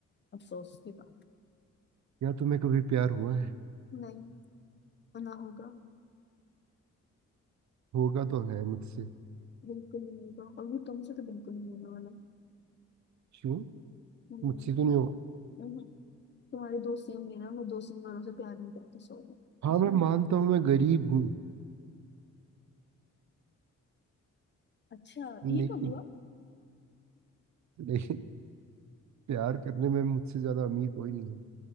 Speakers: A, on the left; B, on the right.
A: अफसोस की बात
B: यार तुम्हें कभी प्यार हुआ है
A: नहीं वो ना होगा
B: होगा तो है मुझसे
A: बिल्कुल नहीं होगा और भी तुमसे तो बिल्कुल नहीं होने वाला
B: क्यों
A: नहीं
B: मुझसे क्यों नहीं होगा
A: नहीं, तुम्हारे दोस्त सेम है ना मैं दोस्त इन वालों से प्यार नहीं करता सॉरी
B: हाँ मैं मानता हूँ मैं गरीब हूँ
A: अच्छा
B: लेकिन
A: ये कब हुआ
B: लेकिन प्यार करने में मुझसे ज्यादा अमीर कोई नहीं है